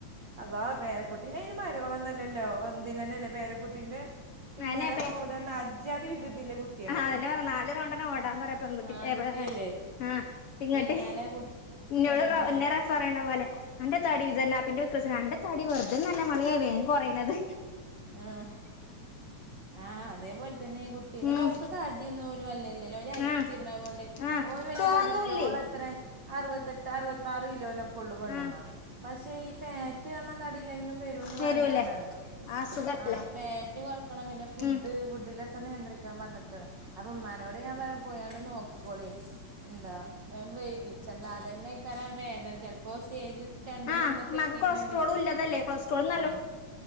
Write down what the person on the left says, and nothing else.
ഞാനെ പേ
ആ അതന്നെ പറ നാല് റൗണ്ടന്നെ ഓടാൻ പറ പെൺകുട്ടി
ഏ ആഹ് ഇങ്ങട്ട്
ഇന്നോട്
റ റഫപറയണ പോലെ അന്റെ തടി ഇതെല്ലപ്പന്റെ <unintelligible> അന്റെ തടി വെറുതെന്നല്ല മോളെയ വേം കുറയണത്
ഉം
ആഹ്
ആഹ്
തോന്നൂല്ലേ
ആഹ്
വരൂലേ
ആഹ് സുഖല്ലേ
ഉം
ആഹ്
ഉമ്മാക്ക്
കൊളസ്ട്രോളും ഇല്ലതല്ലേ കൊളസ്ട്രോൾ